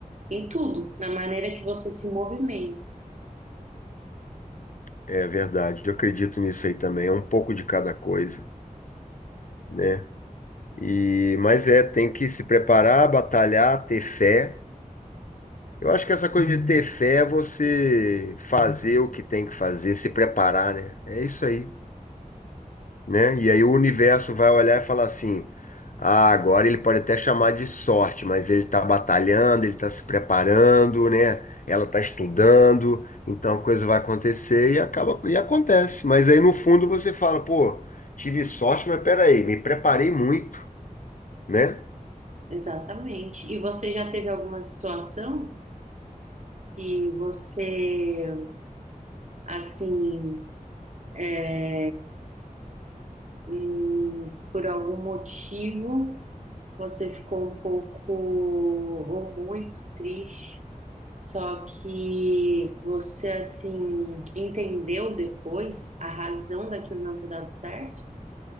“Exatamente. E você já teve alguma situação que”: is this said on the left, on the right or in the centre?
Right